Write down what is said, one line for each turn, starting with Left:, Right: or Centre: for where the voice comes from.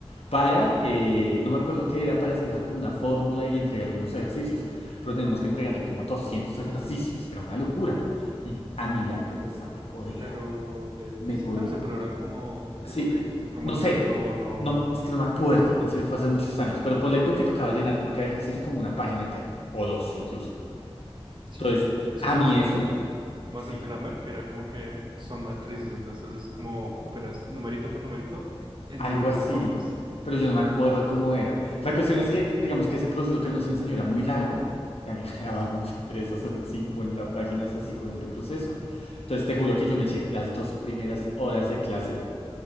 Left: para, eh, no me acuerdo qué era, para despejar como una fórmula y entregarle unos ejercicios, pero teníamos que entregarle como 200 ejercicios, era una locura. Y a mí la pereza me podía,
Right: Pero de física,
Left: me podía.
Right: o sea, pero eran como
Left: Sí,
Right: tipo qué, como
Left: no
Right: Newton
Left: sé,
Right: o
Left: no, es que no me acuerdo, en serio fue hace muchos años, pero ponle tú que tocaba llenar por cada ejercicio como una página entera, o dos incluso.
Right: sí,
Left: Entonces,
Right: es
Left: a
Right: como
Left: mí
Right: hacer,
Left: eso,
Right: como
Left: sí,
Right: hacer Kramer, que era como que son matrices, entonces es como operas numerito por numerito en
Left: algo
Right: diferentes
Left: así,
Right: formas.
Left: pero yo no me acuerdo cómo era. La cuestión es que, digamos que ese proceso que él nos enseñó era muy largo, y a mí <laughs> me daba mucha pereza hacer 50 páginas así con ese proceso. Entonces, te juro que yo me eché las dos primeras horas de clase